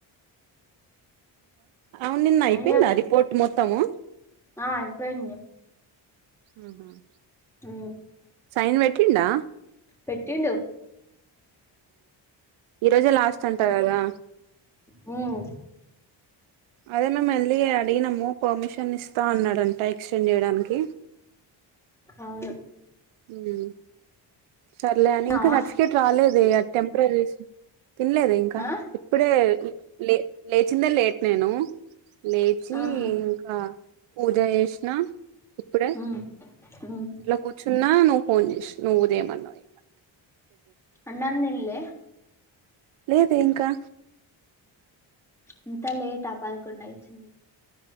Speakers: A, on the right; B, in the centre.
A: అవును నిన్న అయిపోయిందా
B: ఏం చేస్
A: రిపోర్ట్ మొత్తము
B: ఆ అయిపోయింది
A: మ్మ్ హ్మ్
B: హ్మ్
A: సైన్ పెట్టిండా
B: పెట్టండు
A: ఈరోజే లాస్ట్ అంటా కదా
B: హ్మ్
A: అదే మేము వెళ్ళీ అడిగినము పర్మిషన్ ఇస్తా అన్నాడంట ఎక్స్టెండ్ చేయడానికి
B: అవును
A: హ్మ్ సర్లే అని
B: తిన్నావా
A: ఇంకా సర్టిఫికేట్ రాలేదే అది టెంపరరీ తినలేదు ఇంకా
B: ఆ
A: ఇప్పుడే లే లేచిందే లేట్ నేను లేచి
B: ఆహా
A: ఇంకా పూజ చేసినా ఇప్పుడే
B: ఉమ్ ఉమ్
A: ఇట్లా కూర్చున్నా నువ్వు ఫోన్ చేసి నువ్వు చేయమనావు ఇంకా
B: అన్నాం తిన్నల్లే
A: లేదే ఇంకా
B: ఇంత లేట్ ఆ పదకుండు అయితుంది